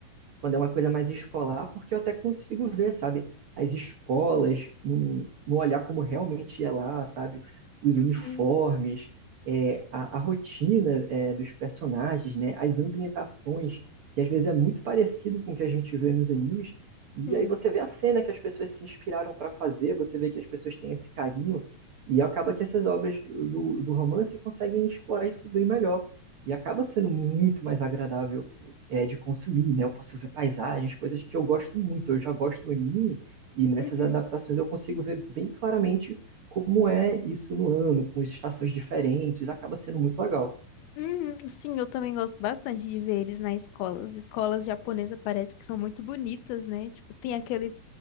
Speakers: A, on the right; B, on the left.
A: quando é uma coisa mais escolar, porque eu até consigo ver, sabe, as escolas, no, no olhar como realmente é lá, sabe, os
B: Uhum,
A: uniformes, é, a, a rotina, é, dos personagens, né, as ambientações, que às vezes é muito parecido com o que a gente vê nos animes, e
B: sim.
A: aí você vê a cena que as pessoas se inspiraram para fazer, você vê que as pessoas têm esse carinho, e acaba que essas obras do, do romance conseguem explorar isso bem melhor. E acaba sendo muito mais agradável é, de consumir, né? Eu posso ver paisagens, coisas que eu gosto muito. Eu já gosto do anime e nessas
B: Uhum.
A: adaptações eu consigo ver bem claramente como é isso no ano, com as estações diferentes. Acaba sendo muito legal.
B: Uhum. Sim, eu também gosto bastante de ver eles na escola. As escolas japonesas parece que são muito bonitas, né? Tipo, tem aquele